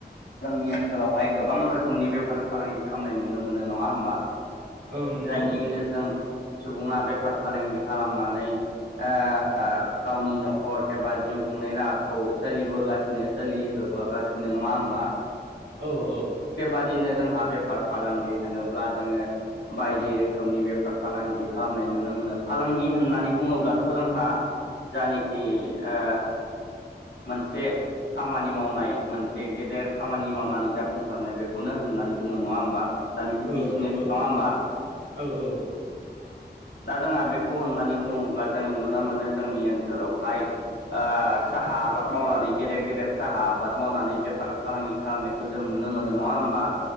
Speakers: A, on the left (about 75°); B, on the right (about 80°).
A: जोंनि ओनसोलावहाय गोबां रोखोमनि बेफार फालांगि खालामनाय नुनो मोनो नङा होमबा
B: औ नंगौ
A: जायनि गेजेरजों सुबुङा बेफार फालांगि खालामनानै ओ गावनि न'खर एबा जिउ खुंनाय राहा खौ सोलिबोगासिनो सोलिहोबोगासिनो नङा होमबा
B: औ औ
A: बेबादिनो जोंहा बेफार फालांगि होनोब्ला जोङो बाय दि रोखोमनि बेफार फालांगि खालामनाय नुनो मोनो फालांगि होननानै बुङोब्लाथ' जोंहा जानिखि ओ मोनसे खामानि मावनाय मोनसे गेदेर खामानि मावनानै जाफुंसारनाय बेखौनो होननानै बुङो नङा होमबा? जानिखि
B: औ
A: बिजनेस
B: नंगौ
A: नङा होमबा!
B: औ औ
A: दा जोंहा बेखौ होननानै बुङोब्ला जोङो नुनो मोनो जोंनि ओनसोलावहाय ओ साहा आबाद मावनानै गेदेर गेदेर साहा आबाद मावनानै बेफार फालांगि खालामनाय खौ जों नुनो मोनो नङा होमबा